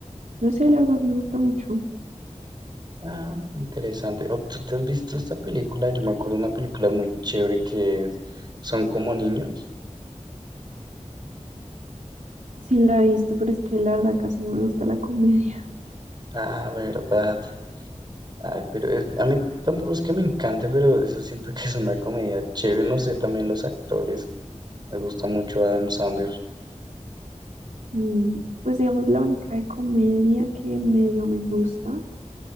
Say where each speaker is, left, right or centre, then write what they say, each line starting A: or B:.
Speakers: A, on the right; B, on the right.
A: no sé, la verdad me gusta mucho.
B: Ah, interesante. ¿O tú te has visto esta película? Yo me acuerdo de una película muy chévere que es Son como niños.
A: Sí la he visto, pero es que la verdad casi no me gusta la comedia. <laughs>
B: Ah, verdad. Ay, pero es- a mí tampoco es que me encante, pero eso siento que es una comedia chévere. No sé, también los actores. Me gusta mucho Adam Sandler.
A: Mm, Pues digamos, la única de comedia que medio me gusta